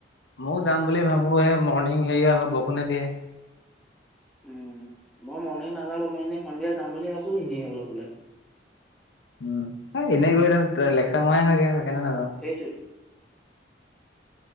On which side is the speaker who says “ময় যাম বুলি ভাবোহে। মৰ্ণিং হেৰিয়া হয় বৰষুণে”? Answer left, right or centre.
Left